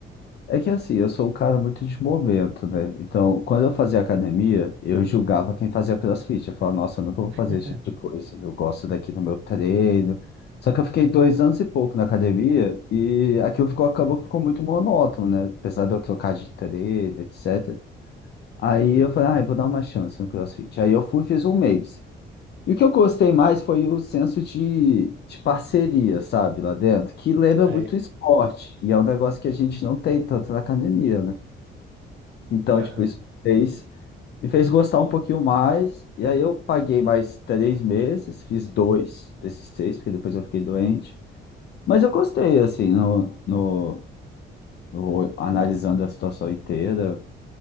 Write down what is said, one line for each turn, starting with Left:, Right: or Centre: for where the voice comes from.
Left: É que assim, eu sou um cara muito de momento, né? Então, quando eu fazia academia, eu julgava quem fazia CrossFit. Eu falava, nossa, eu nunca vou
Right: <laughs>
Left: fazer esse tipo de coisa. Eu gosto daqui do meu treino. Só que eu fiquei dois anos e pouco na academia e aquilo ficou, acabou que ficou muito monótono, né? Apesar de eu trocar de treino, etc. Aí eu falei, ah, eu vou dar uma chance no CrossFit. Aí eu fui, fiz um mês. E o que eu gostei mais foi o senso de, de parceria, sabe, lá dentro, que lembra
Right: Sei.
Left: muito esporte. E é um negócio que a gente não tem tanto na academia, né? Então,
Right: Aham.
Left: tipo, isso fez, me fez gostar um pouquinho mais. E aí eu paguei mais três meses, fiz dois desses seis, porque depois eu fiquei doente. Mas eu gostei, assim, no, no, no- analisando a situação inteira.